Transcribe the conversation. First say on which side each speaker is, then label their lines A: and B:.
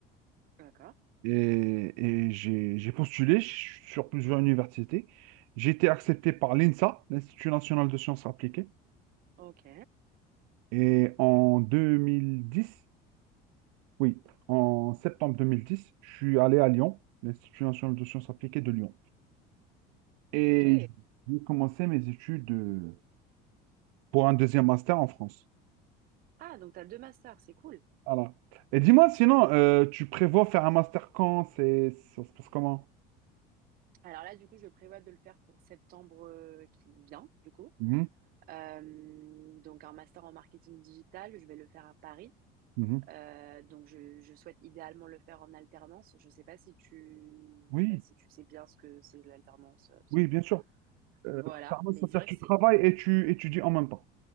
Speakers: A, on the right; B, on the right.
A: D'accord.
B: et, et j'ai j'ai postulé ch- sur plusieurs universités. J'ai été accepté par l'INSA, l'Institut national de sciences appliquées,
A: Ok.
B: et en 2010, Oui, en septembre 2010, je suis allé à Lyon, l'Institut national de sciences appliquées de Lyon. Et
A: Ok.
B: j'ai commencé mes études euh, pour un deuxième master en France.
A: Ah, donc t'as deux masters, c'est cool.
B: Voilà. Et dis-moi, sinon, euh, tu prévois faire un master quand? C'est, ça se passe comment?
A: Alors là, du coup, je prévois de le faire pour septembre euh, qui vient, du coup.
B: Mhm,
A: Euh, donc un master en marketing digital, je vais le faire à Paris.
B: mhm.
A: Euh, donc je, je souhaite idéalement le faire en alternance. Je sais pas si tu,
B: Oui,
A: bah, si tu sais bien ce que c'est l'alternance, euh, parce
B: oui,
A: que
B: bien sûr. Euh,
A: voilà.
B: l'alternance,
A: Mais
B: c'est-à-dire
A: c'est vrai
B: que
A: que c'est
B: tu travailles et tu étudies en même temps.